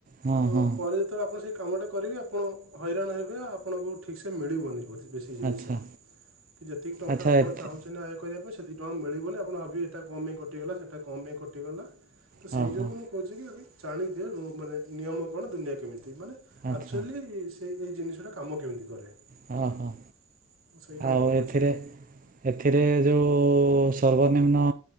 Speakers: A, on the right; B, on the right.
A: ହଁ
B: ତ
A: ହଁ
B: ପରେ ତ ଆପଣ ସେ କାମଟା କରିବି ଆପଣ ହଇରାଣ ହେବେ ଆଉ ଆପଣଙ୍କୁ ଠିକ୍ ସେ ମିଳିବନି ବେଶୀ ଜିନିଷ
A: ଆଚ୍ଛା
B: କି ଯେତିକି ଟଙ୍କା
A: ଆଚ୍ଛା
B: ଆପଣ
A: ଏଥି
B: ଚାହୁଁ ନା ଆୟ କରିବା ପାଇଁ ସେତିି ଟଙ୍କା ମିଳିବନି ଆପଣ ଭାବିବେ ଏଇଟା କଣ ପାଇଁ କଟିଗଲା ସେଟା କଣ ପାଇଁ କଟିଗଲା। ତ ସେଇ
A: ହଁ
B: ଯୋଗୁଁ
A: ହଁ
B: ମୁଁ କହୁଛି କି ଜାଣିଦିଅ ମାନେ ନିୟମ କଣ ଦୁନିଆ କେମିତି ମାନେ
A: ଆଚ୍ଛା
B: ଆକ୍ଚୁଆଲି ସେଇ ଏଇ ଜିନିଷଟା କାମ କେମିତି କରେ। <unintelligible>
A: ହଁ ହଁ
B: ସେଇଟା
A: ଆଉ
B: ମୁଁ କହୁଛି
A: ଏଥିରେ
B: ଆଉ
A: ଏଥିରେ ଯୋଉ ସର୍ବନିମ୍ନ